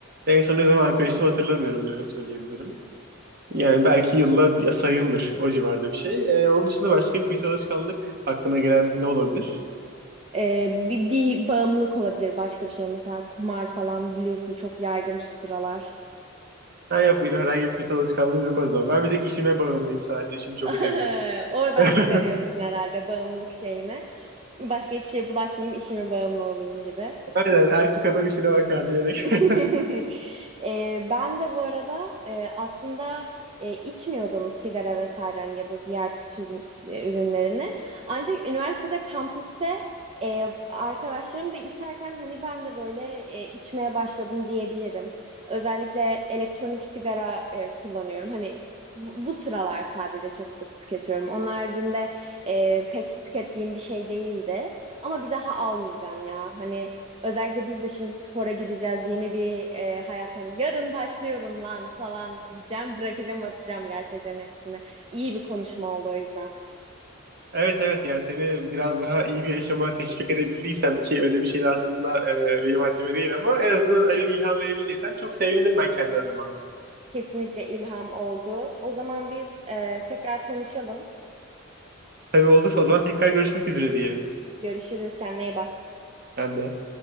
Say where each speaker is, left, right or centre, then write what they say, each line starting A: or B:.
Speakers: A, on the right; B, on the right.
A: En son ne zaman alkol içtim hatırlamıyorum bile öyle söyleyebilirim. Yani belki yılla bir- sayılır o civarda bir şey. E, onun dışında başka bir kötü alışkanlık hakkına gelen ne olabilir?
B: E, bir, bir bağımlılık olabilir başka bir şey. Mesela kumar falan biliyorsun çok yaygın şu sıralar.
A: Ha yok benim herhangi bir kötü alışkanlığım yok o zaman. Ben bir tek işime bağımlıyım sadece işimi
B: <laughs>
A: çok seviyorum.
B: Oradan
A: <laughs>
B: çıkarıyorsun herhalde bağımlılık şeyini. Başka hiçbir şeye bulaşmayayım, işime bağımlı olayım gibi.
A: Aynen erkek adam işine bakar diyerek.
B: <laughs>
A: <laughs>
B: Ee, ben de bu arada e, aslında e, içmiyordum sigara vesaire hani ya da diğer tütün e, ürünlerini. Ancak üniversitede kampüste e, arkadaşlarım da içerken hani ben de böyle e, içmeye başladım diyebilirim. Özellikle elektronik sigara e, kullanıyorum. Hani bu, bu sıralar sadece çok sık tüketiyorum. Onun haricinde e, pek tükettiğim bir şey değildi. Ama bir daha almayacağım ya. Hani Özellikle biz de şimdi spora gideceğiz. Yeni bir e, hayat hani yarın başlıyorum lan falan diyeceğim. Bırakacağım atacağım gerçekten hepsini. İyi bir konuşma oldu o yüzden.
A: Evet evet yani seni biraz daha iyi bir yaşama teşvik edebildiysem ki öyle bir şey de aslında e, benim haddime değil ama en azından öyle bir ilham verebildiysem çok sevindim ben kendi adıma.
B: Kesinlikle ilham oldu. O zaman biz e, tekrar konuşalım.
A: Tabii olur o zaman tekrar görüşmek üzere diye.
B: Görüşürüz. Kendine iyi bak.
A: Ben de.